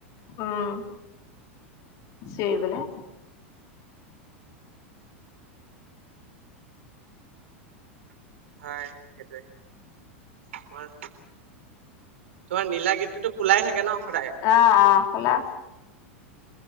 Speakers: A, on the left; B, on the right.
A: অহ। চে
B: একদম
A: বোলে।
B: ভাল নালাগে। হয় সেইটোৱে। তোমাৰ তোমাৰ নীলা গেতটোটো খোলাই থাকে ন। সদায়।
A: আ-আ খোলা।